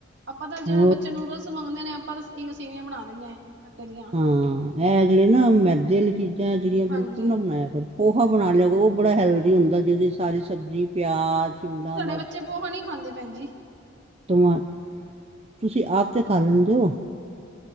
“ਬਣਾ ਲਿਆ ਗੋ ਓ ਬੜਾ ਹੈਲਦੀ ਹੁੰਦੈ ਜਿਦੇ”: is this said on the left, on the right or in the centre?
Right